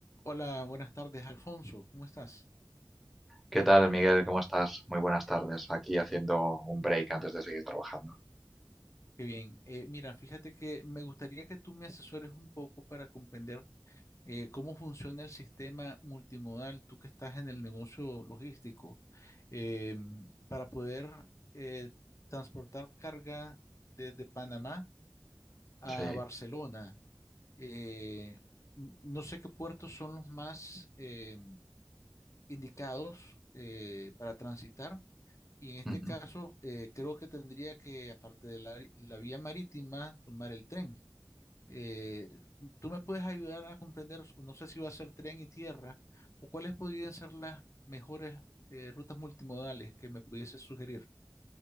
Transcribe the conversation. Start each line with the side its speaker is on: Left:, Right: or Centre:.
Left: Hola, buenas tardes, Alfonso. ¿Cómo estás?
Centre: ¿Qué tal, Miguel? ¿Cómo estás? Muy buenas tardes. Aquí haciendo un break antes de seguir trabajando.
Left: Qué bien. Eh, mira, fíjate que me gustaría que tú me asesores un poco para comprender eh, cómo funciona el sistema multimodal, tú que estás en el negocio logístico, eh, para poder eh, transportar carga desde Panamá a
Centre: Sí.
Left: Barcelona. Eh, n- no sé qué puertos son los más eh, indicados eh, para transitar. Y en este
Centre: Ujú.
Left: caso, eh, creo que tendría que, aparte de la, la vía marítima, tomar el tren. Eh, ¿tú me puedes ayudar a comprender, no sé si va a ser tren y tierra, o cuáles podrían ser las mejores eh, rutas multimodales que me pudiese sugerir?